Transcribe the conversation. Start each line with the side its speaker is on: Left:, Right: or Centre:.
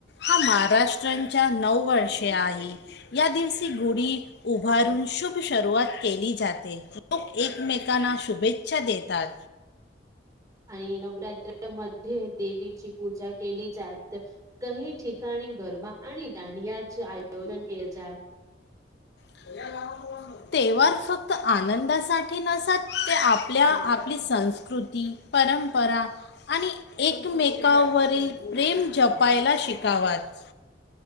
Left: हा महाराष्ट्रांच्या नऊ वर्षे आहे. या दिवशी गुढी उभारून शुभ शरवात केली जाते. लोक एकमेकांना शुभेच्छा देतात.
Right: आणि नवरात्रमध्ये देवीची पूजा केली जात. काही ठिकाणी गरबा आणि दांडियाचे आयोजन केले जात.
Left: <unintelligible> तेवार फक्त आनंदासाठी नसत ते आपल्या आपली संस्कृती परंपरा आणि एकमेकावरील प्रेम जपायला शिकावत.